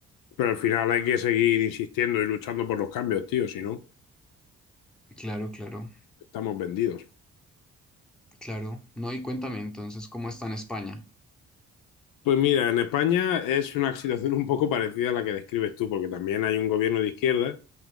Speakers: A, on the left; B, in the centre.
A: Pero al final hay que seguir insistiendo y luchando por los cambios, tío, si no,
B: Claro, claro,
A: estamos vendidos.
B: claro. No, y cuéntame entonces cómo está en España.
A: Pues mira, en España es una situación <laughs> un poco parecida a la que describes tú, porque también hay un gobierno de izquierda,